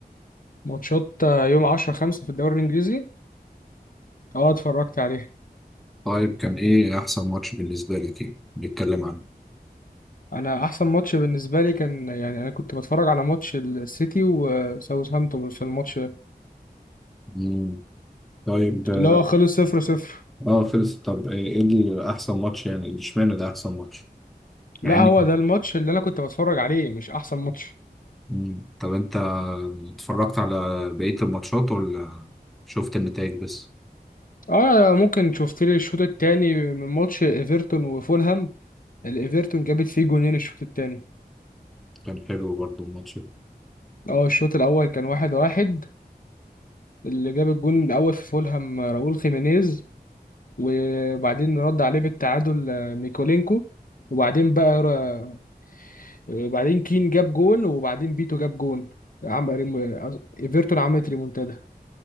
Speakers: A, on the left (about 55°); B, in the centre.
A: ماتشات آه، يوم 10 5 في الدوري الانجليزي اه اتفرجت عليه
B: طيب كان ايه احسن ماتش بالنسبة لك ايه نتكلم عنه
A: انا احسن ماتش بالنسبه لي كان يعني انا كنت بتفرج على ماتش السيتي وساوثهامبتون في الماتش
B: مم. طيب اه
A: اللي هو خلص 0 0
B: آه، خلص طب ايه إيه اللي احسن ماتش يعني اشمعنى ده احسن ماتش مع
A: لا
B: اني
A: هو ده الماتش اللي انا كنت بتفرج عليه مش احسن ماتش
B: مم. طب انت اتفرجت على بقية الماتشات ولا شفت النتائج بس
A: اه ممكن شفت لي الشوط التاني من ماتش ايفرتون وفولهام الايفرتون جابت فيه جونين الشوط التاني
B: كان حلو برضه الماتش ده
A: اه الشوط الاول كان واحد واحد اللي جاب الجون الاول في فولهام راؤول خيمينيز وبعدين رد عليه بالتعادل آه، ميكولينكو وبعدين بقى را- آه، بعدين كين جاب جون وبعدين بيتو جاب جون عمل ريمو- آه، ايفرتون عملت ريمونتادا